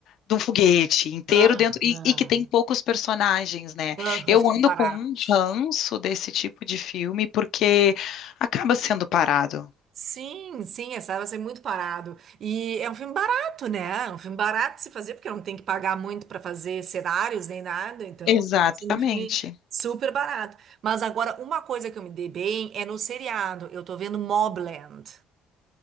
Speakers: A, on the left; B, on the right.
A: de um foguete inteiro
B: Aham.
A: dentro e, e que tem poucos personagens, né?
B: Aham,
A: Eu
B: filme
A: ando
B: barato.
A: com um ranço desse tipo de filme porque acaba sendo parado.
B: Sim, sim, essa vai ser muito parado. E é um filme barato, né? É um filme barato de se fazer, porque não tem que pagar muito para fazer cenários nem nada, então
A: Exatamente.
B: acaba sendo um filme super barato. Mas agora, uma coisa que eu me dei bem é no seriado. Eu tô vendo Mobland.